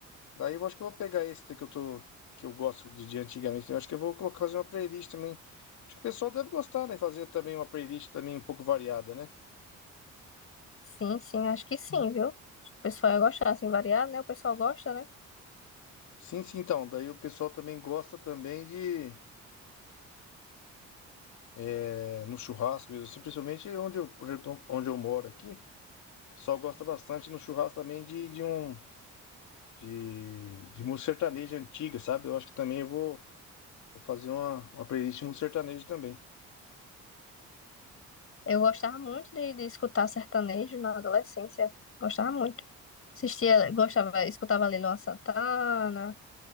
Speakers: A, on the left; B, on the left.
A: Daí eu acho que eu vou pegar esse daí que eu tô, que eu gosto de, de antigamente. Eu acho que eu vou colocar fazer uma playlist também. Acho que o pessoal deve gostar, né? Fazer também uma playlist também um pouco variada, né?
B: Sim, sim, acho que sim, viu? O pessoal ia gostar, assim, variado, né? O pessoal gosta, né?
A: Sim, sim, então. Daí o pessoal também gosta também de é, no churrasco, mesmo assim, principalmente onde eu, onde eu moro aqui. O pessoal gosta bastante no churrasco também de, de um de, de música sertaneja antiga, sabe? Eu acho que também eu vou, vou fazer uma, uma playlist de música sertaneja também.
B: Eu gostava muito de, de escutar sertanejo na adolescência. Gostava muito. Assistia, gostava, escutava Lila Santana.